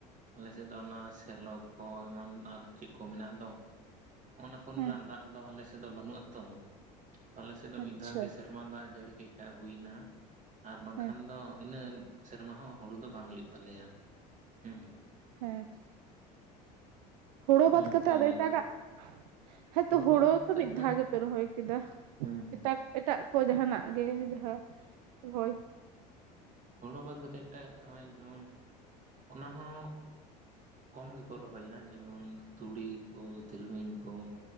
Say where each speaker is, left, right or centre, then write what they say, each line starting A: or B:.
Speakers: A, on the right; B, on the right.
A: ᱟᱞᱮ ᱥᱮᱫ ᱫᱚ ᱚᱱᱟ ᱥᱮᱞᱚ ᱠᱚ ᱮᱢᱟᱱ ᱟᱨ ᱪᱮᱫ ᱠᱚ ᱢᱮᱱᱟᱜ ᱫᱚᱼᱼ ᱚᱱᱟ ᱠᱚ ᱨᱮᱱᱟᱜ
B: ᱦᱮᱸ
A: ᱫᱟᱜ ᱫᱚ ᱟᱞᱮ ᱥᱮᱫ ᱫᱚ ᱵᱟᱹᱱᱩᱜ ᱟ ᱛᱚ ᱟᱞᱮ ᱥᱮᱫ ᱫᱚ ᱢᱤᱫ
B: ᱟᱪᱪᱷᱟ
A: ᱫᱷᱟᱣ ᱜᱮ ᱥᱮᱨ <unintelligible> ᱫᱟᱜ ᱡᱟᱹᱲᱤ ᱠᱮᱫ ᱠᱷᱟᱱ ᱦᱩᱭᱱᱟ ᱟᱨ ᱵᱟᱝ
B: ᱦᱮᱸ
A: ᱠᱷᱟᱱ ᱫᱚ ᱤᱱᱟᱹ ᱥᱮᱨᱢᱟ ᱦᱚᱸ ᱦᱩᱲᱩ ᱫᱚ ᱵᱟᱝ ᱦᱩᱭᱩᱜ ᱛᱟᱞᱮᱭᱟ ᱦᱮᱸ
B: ᱦᱮᱸ ᱦᱩᱲᱳ ᱵᱟᱛ
A: ᱱᱚᱝᱠᱟ
B: ᱠᱟᱛᱮ ᱟᱫᱚ
A: ᱟᱞᱮ
B: ᱮᱴᱟᱜ
A: ᱫᱚ
B: ᱜᱟᱜ ᱦᱮᱸᱛᱚ
A: ᱦᱩᱲᱩ
B: ᱦᱳᱲᱳ
A: ᱵᱟᱫ ᱠᱟᱛᱮᱫ
B: ᱛᱚ ᱢᱤᱫ
A: ᱫᱚ
B: ᱫᱷᱟᱣ ᱜᱮᱯᱮ ᱨᱚᱦᱚᱭ ᱠᱮᱫᱟ
A: ᱦᱮᱸ ᱦᱮᱸ
B: ᱮᱴᱟᱜ ᱮᱴᱟᱜ ᱠᱚ ᱡᱟᱦᱟᱱᱟᱜ ᱜᱮ ᱡᱟᱦᱟᱸ <unintelligible>
A: ᱦᱳᱲᱳ ᱵᱟᱫ ᱠᱟᱛᱮᱫ ᱮᱴᱟᱜ ᱫᱚᱭ ᱡᱮᱢᱚᱱ ᱚᱱᱟ ᱦᱚᱸ ᱠᱚᱢ ᱜᱮ ᱠᱚ ᱨᱚᱦᱚᱭᱟ ᱡᱮᱢᱚᱱ ᱛᱩᱲᱤᱼᱼ <unintelligible> ᱛᱤᱞᱢᱤᱧ ᱠᱚ